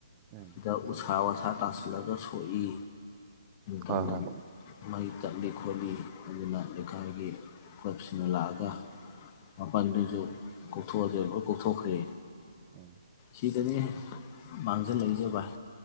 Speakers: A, on the right; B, on the left.
A: ꯎꯝ
B: ꯑꯗ ꯎꯁꯥ ꯋꯥꯁꯥ ꯊꯇꯥꯁ ꯆꯠꯂꯒ ꯁꯣꯛꯏ ꯇꯧꯢ
A: ꯍꯣꯏ ꯍꯣꯏ
B: ꯆꯠꯂꯤ ꯈꯣꯠꯂꯤ ꯑꯗꯨꯅ ꯂꯩꯀꯥꯏꯒꯤ ꯀ꯭ꯂꯕꯁꯤꯡꯅ ꯂꯥꯛꯑꯒ ꯃꯄꯥꯟꯗꯨꯁꯨ ꯀꯣꯛꯊꯣꯛꯑꯁꯦ ꯂꯣꯏ ꯀꯣꯛꯊꯣꯛꯈ꯭ꯔꯦ
A: ꯎꯝ
B: ꯁꯤꯗꯅꯤꯅꯦ ꯃꯥꯡꯖꯜꯂꯛꯢꯁꯦ ꯕꯥꯢ